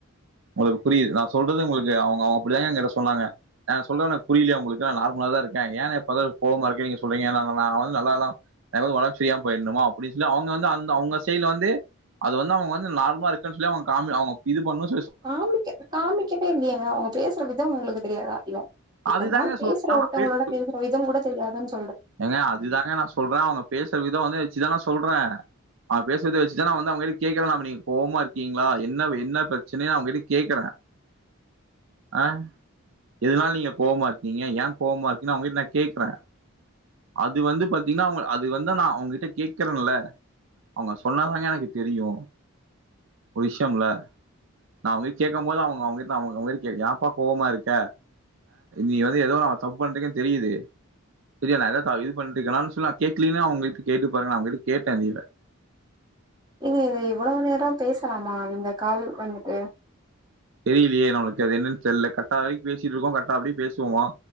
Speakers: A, on the right (about 60°); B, on the right (about 20°).
A: உங்களுக்கு புரியுது நா சொல்றது உங்களுக்கு அவுங்க அவுங் அப்பிடிதாங்க எங்கிட்ட சொன்னாங்க நா சொல்றே உனக்கு புரியலயா உங்களுக்கு நா நார்மலாதா இருக்கே ஏங்க எப்ப பாத்தாலு கோவமா இருக்கேன்னு நீங்க சொல்றீங்க நா நல் நா வந்து நல்லா இல்லாம எனக்கு ஒடம்பு சரியாமா போயர்ணுமா அப்டின்னு சொல்லி அவங்க வந்து அந்த அவங்க சைடுல வந்து அது வந்து அவங்க வந்து நார்மலா இருக்கன்னு சொல்லி அவங்க காமி அவங்க இது பண்ணு
B: காமிக்க காமிக்கவே இல்லியேங்க அவங்க பேசுற விதோம் உங்களுக்கு தெரியாதா இத இத்தன்
A: அதுதாங்க
B: நாள் பேசுற
A: சொல்றே அவங்க
B: ஒருத்தவங்களோட
A: பேசு
B: பேசுற விதோங் கூட தெரியாதுன்ஸ்
A: ஏங்க அதுதாங்க நா சொல் அவங்க பேசுற விதோ வந்து வெச்சுதா நா சொல்ற அவ பேசுனத வெச்சுதா நா வந்து அவங்க கிட்ட கேக்குற நாம நீங்க கோவம்மா இருக்கீங்களா என்ன என்ன பிரச்சனையா அவங்க கிட்ட கேக்குற ஆ எதனால நீங்க கோவம்மா இருக்கீங்க ஏ கோவம்மா இருக்கீன்னு அவங்க கிட்ட நா கேக்குற அது வந்து பாத்தீங்கன்னா அவங்க அது வந்து நா அவங்க கிட்ட கேக்குறன்ல அவங்க சொன்னாதாங்க எனக்கு தெரியு ஒரு விஷ்யம்ல நா அவங்கள கேக்கும் போது அவங்க அவங்க கிட்ட அவங்க அவங்க கிட்ட கேக்குறீங்க ஏப்பா கோவமா இருக்க நீ வந்து ஏதோ நா தப்பு பண்றீங்கன் தெரியுது சேரியா நா ஏதாவா இது பண்ட்டு இருக்கன்னா சொல்லி நா கேக்குலின் அவங்களுக்கு கேட்டு பாருங்க அவங்ககிட்ட கேட்ட அந்த இத
B: நீங்க இது எவ்வளோ நேரம் பேசலாமா இந்த கால் வந்துட்டு
A: தெரியில்லியே நமக்கு அது என்னன் தெர்ல கட்டாய் பேசிட்ருக்கோ கரட்டா அப்டியே பேசுவோமா